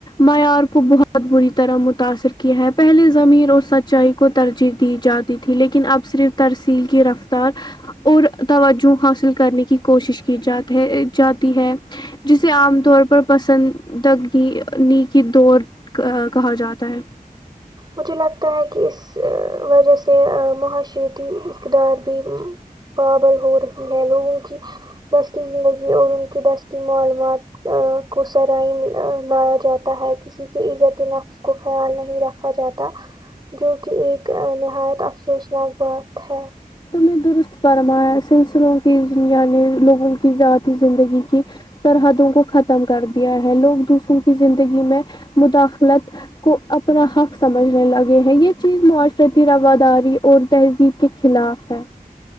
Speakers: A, on the left (about 30°); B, on the right (about 30°).
A: معیار کو بہت بہت بری طرح متاثر کیا ہے پہلے ضمیر اور سچائی کو ترجیح دی جاتی تھی لیکن اب صرف ترسیل کی رفتار اور توجہ حاصل کرنے کی کوشش کی جات ہے جاتی ہے جسے عام طور پر پسند تکنیکی دور ک کہا جاتا ہے
B: مجھے لگتا ہے کہ اس ا وجہ سے ا معاشرتی اقدار بھی ہوں پاگل ہو رہی ہے لوگوں کی دستی زندگی اور ان کی دستی معلومات ا کو سرے عام لایا جاتا ہے کسی کے عزت نفس کو خیال نہیں رکھ ا جاتا جو کہ ایک نہایت افسوسناک بات ہے
A: تم نے درست فرمایا سلسلوں کی اس دنیا میں لوگوں کی ذاتی زندگی کی سرحدوں کو ختم کر دیا ہے لوگ دوسروں کی زندگی میں مداخلت کو اپنا حق سمجھنے لگے ہیں یہ چیز معاشرتی رواداری اور تہذیب کے خلاف ہے